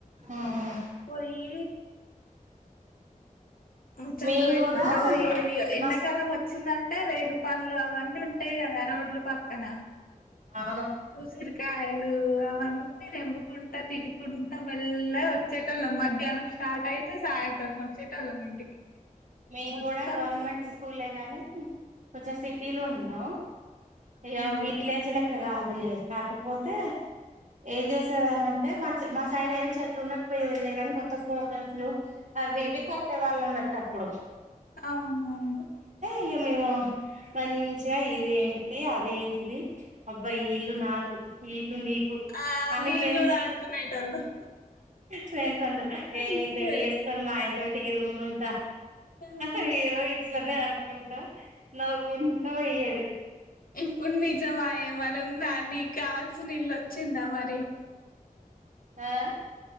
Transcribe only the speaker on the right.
ఉమ్
మేము
కూడా
మస్
అవును
మేము
కూడా గవర్నమెంట్
స్కూలే గానీ కొంచెం సిటీ లో ఉన్నాం ఇగ
విలేజ్ లా ఇంకా కాదులే కాకపోతే ఏం చేసేదా అనింటే మా మా సైడ్ ఏయిం చెట్లు ఉండకపోయేదిలే నీ మొత్తం ఫోటోస్లు అవి ఇవి కట్టేవాళ్ళు అన్నట్టు అప్పుడు
ఇగ మేము మంచిగా ఇదేంటి అదేంటిది అబ్బా ఈ ఇల్లు నాకు ఇల్లు నీకు
<inaudible> అని
ఫ్రెండ్స్
ఫ్రెండ్స్ అందరు ఏ
ని పెళ్లి చేసుకొని మా ఆయనతోని టి ఈ రూమ్ లో ఉంటా
అయ్యో అట్లనే అనుకుంటా నవ్వుకుంటా పోయ్యేది
ఆహ